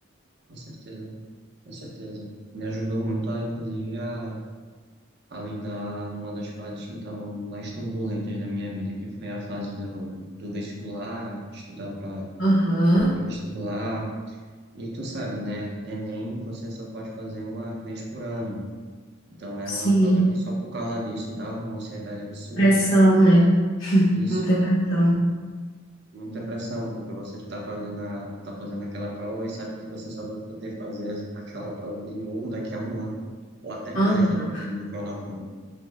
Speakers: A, on the right; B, on the left.
A: Com certeza, com certeza. Me ajudou muito, a, inclusive, a, a lidar numa das fases que estavam mais turbulentas da minha vida, que foi a fase do, do vestibular, estudar para
B: Aham,
A: vestibular E tu sabe, né? Enem você só pode fazer uma vez por ano. Então é
B: sim.
A: uma prova que só por causa disso dava uma ansiedade absurda.
B: Pressão, né? <laughs>
A: Isso,
B: Muita pressão.
A: muita pressão, porque você está fazendo, a, tá fazendo aquela prova e sabe que você só vai poder fazer aquela prova de novo daqui a um ano, ou até mais,
B: Aham,
A: dependendo do cronograma.